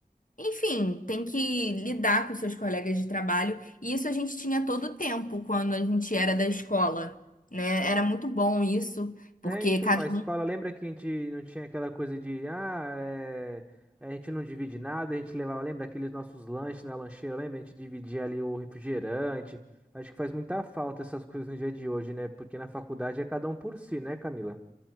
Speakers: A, on the left (about 65°); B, in the centre.
A: enfim, tem que lidar com seus colegas de trabalho. E isso a gente tinha todo o tempo quando a gente era da escola, né? Era muito bom isso,
B: É,
A: porque
B: então,
A: cada
B: a escola,
A: um.
B: lembra que a gente não tinha aquela coisa de, ah, é, a gente não divide nada, a gente levava, lembra aqueles nossos lanches na lancheira, lembra? A gente dividia ali o refrigerante. Acho que faz muita falta essas coisas no dia de hoje, né? Porque na faculdade é cada um por si, né, Camila?